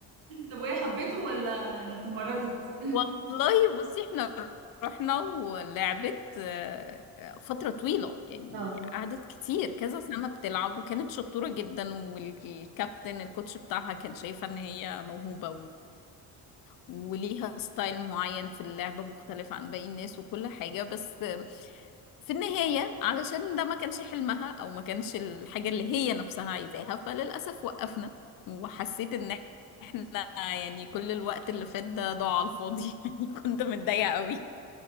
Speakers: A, on the right; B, on the left.
A: طب وهي حبيته ولا تمردت
B: والله بصي احنا رحنا ولعبت آه، فترة طويلة يعني
A: اه
B: قعدت كتير كذا سنة بتلعب وكانت شطورة جدا والكابتن الكوتش بتاعها كان شايفة ان هي موهوبة وليها ستايل معين في اللعب مختلف عن باقي الناس وكل حاجة بس في النهاية علشان ده ما كانش حلمها أو ما كانش الحاجة اللي هي نفسها عايزاها فللأسف وقفنا وحسيت إن احنا يعني كل الوقت اللي فات ده ضاع على الفاضي <laughs> يعني كنت متضايقة قوي